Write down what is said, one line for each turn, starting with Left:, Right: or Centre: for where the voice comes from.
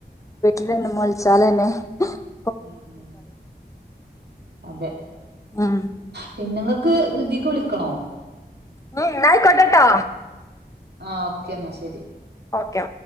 Left: ഇതൊന്ന് മോളച്ചാലെന്നെ <inaudible>
Right: ഉ ഉ അതെ
Left: ഉം
Right: പിന്നെങ്ങക്ക് ഇതിക്ക് വിളിക്കണോ
Left: ഉം ന്നാ അയ്ക്കോട്ടെ ട്ടോ
Right: ആ ഓക്കേ ന്നാ ശെരി
Left: ഓക്കെ